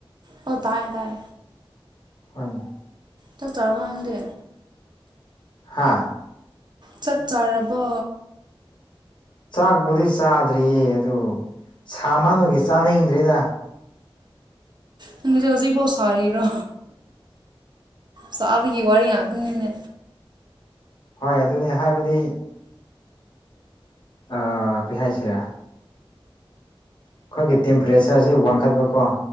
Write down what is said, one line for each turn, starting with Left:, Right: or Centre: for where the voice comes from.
Right: ꯑꯣ ꯇꯥꯏ ꯇꯥꯏ꯫
Left: ꯍꯣꯏ
Right: ꯆꯥꯛ ꯆꯥꯔꯕꯣ ꯅꯪꯗꯤ
Left: ꯍꯥ
Right: ꯆꯥꯛ ꯆꯥꯔꯕꯣ?
Left: ꯆꯥꯛꯄꯨꯗꯤ ꯆꯥꯗ꯭ꯔꯤꯌꯦ ꯑꯗꯨ ꯁꯥꯃꯥꯟꯕꯒꯤ ꯆꯥꯅꯤꯡꯗ꯭ꯔꯤꯗ꯫
Right: ꯅꯪꯒꯤꯁꯦ ꯍꯧꯖꯤꯛꯐꯥꯎ ꯁꯥꯔꯤꯔꯣ? ꯆꯥꯕꯒꯤ ꯋꯥꯔꯤ ꯉꯥꯛꯇꯅꯤꯅꯦ꯫
Left: ꯍꯣꯏ ꯑꯗꯨꯅꯦ ꯍꯥꯏꯕꯗꯤ ꯑꯥ ꯀꯔꯤ ꯍꯥꯏꯁꯤꯔꯥ꯫ ꯑꯩꯈꯣꯏꯒꯤ ꯇꯦꯝꯄ꯭ꯔꯦꯆꯔꯁꯤ ꯋꯥꯡꯈꯠꯄꯀꯣ